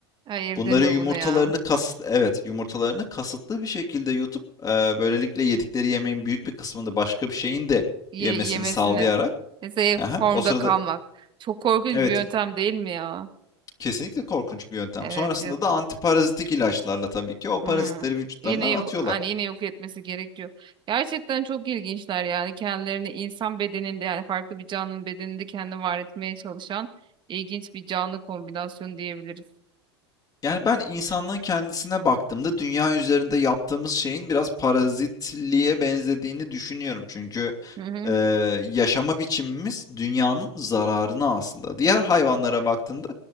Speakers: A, on the right; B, on the left.
A: Hayır
B: Bunların
A: deme
B: yumurtalarını
A: bunu ya.
B: kas evet, yumurtalarını kasıtlı bir şekilde yutup e, böylelikle yedikleri yemeğin büyük bir kısmını başka bir şeyin de
A: Ye,
B: yemesini
A: yemesine.
B: sağlayarak
A: Mesela
B: aha,
A: formda
B: o sırada
A: kalmak. Çok korkunç
B: evet
A: bir yöntem değil mi ya?
B: kesinlikle korkunç bir yöntem.
A: Evet
B: Sonrasında
A: yok.
B: da antiparazitik ilaçlarla tabii ki o parazitleri
A: Hmm.
B: vücutlarından
A: Yine yok,
B: atıyorlar.
A: hani yine yok etmesi gerekiyor. Gerçekten çok ilginçler yani kendilerini insan bedeninde yani farklı bir canlının bedeninde kendini var etmeye çalışan ilginç bir canlı kombinasyonu diyebiliriz.
B: Yani ben insanlığın kendisine baktığımda dünya üzerinde yaptığımız şeyin biraz parazitliğe benzediğini düşünüyorum. Çünkü
A: Hı hı.
B: e, yaşama biçimimiz dünyanın zararına aslında. Diğer hayvanlara baktığında